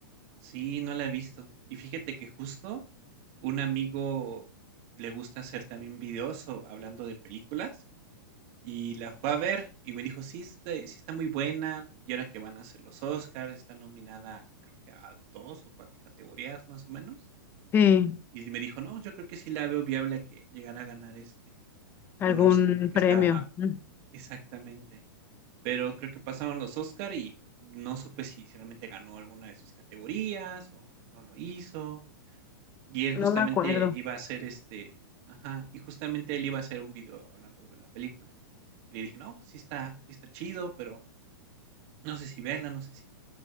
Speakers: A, on the right; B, on the left.
A: Sí, no la he visto. Y fíjate que justo un amigo le gusta hacer también videos o hablando de películas, y la fue a ver y me dijo: "Sí, está sí está muy buena, y ahora que van a hacer los Óscars, está nominada, creo que a 2 o 4 categorías, más o menos".
B: Sí,
A: Y me dijo: "No, yo creo que sí la veo viable a que llegara a ganar, este,
B: algún
A: un Oscar porque
B: premio.
A: está"
B: Mm,
A: exactamente. Pero creo que pasaron los Oscar y no supe si realmente ganó alguna de sus categorías o no lo hizo. Y él
B: No
A: justamente
B: me acuerdo.
A: iba a hacer, este ajá, y justamente él iba a hacer un video hablando de la película. Y le dije: "No, pues sí está sí está chido, pero no sé si verla, no sé si,